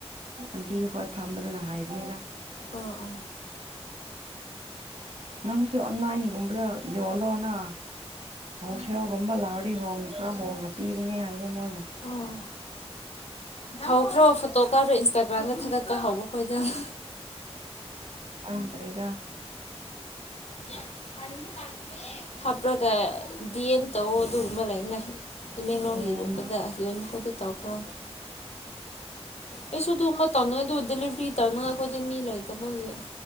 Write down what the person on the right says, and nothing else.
ꯏꯟꯇꯤ ꯑꯩꯈꯣꯏ ꯐꯝꯕꯗꯨꯅ ꯍꯥꯏꯕꯅꯤꯗ
ꯅꯪ ꯁꯤ ꯑꯣꯟꯂꯥꯏꯟꯒꯨꯝꯕꯗ ꯌꯣꯜꯂꯣꯅ ꯍꯧꯁꯦꯜꯒꯨꯝꯕ ꯂꯥꯎꯔꯤ ꯍꯣꯡ ꯈꯔ ꯍꯣꯡꯉ ꯄꯤꯕꯅꯦ ꯍꯥꯏꯌꯦ ꯃꯣꯏ <inaudible>
ꯈꯪꯗ꯭ꯔꯦꯗ
ꯎꯝ